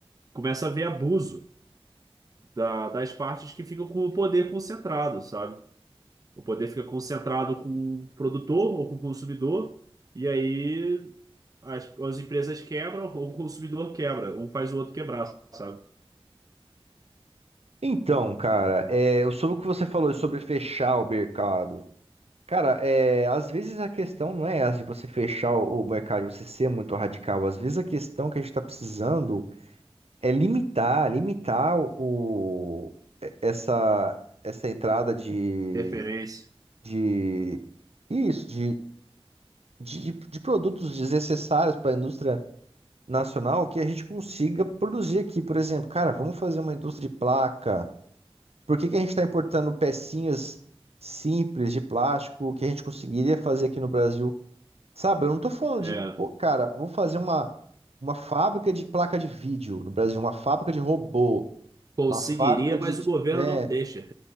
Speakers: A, on the right; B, on the right.
A: começa a haver abuso da- das partes que ficam com o poder concentrado, sabe? O poder fica concentrado com o produtor ou com o consumidor, e aí as, as empresas quebram ou o consumidor quebra. Um faz o outro quebrar, sabe?
B: Então, cara, é, sobre o que você falou sobre fechar o mercado, Cara, é, às vezes a questão não é essa de você fechar o o mercado, você ser muito radical. Às vezes a questão que a gente está precisando é limitar, limitar o, e- essa, essa entrada de,
A: Interferência.
B: de isso, de, de, de de produtos desnecessários para a indústria nacional que a gente consiga produzir aqui. Por exemplo, cara, vamos fazer uma indústria de placa. Por que que a gente está importando pecinhas simples de plástico que a gente conseguiria fazer aqui no Brasil? Sabe, eu não tô falando
A: É.
B: de, pô, cara, vamos fazer uma, uma fábrica de placa de vídeo no Brasil, uma fábrica de robô,
A: Conseguiria,
B: uma fábrica de,
A: mas
B: de-
A: o governo
B: né?
A: não deixa.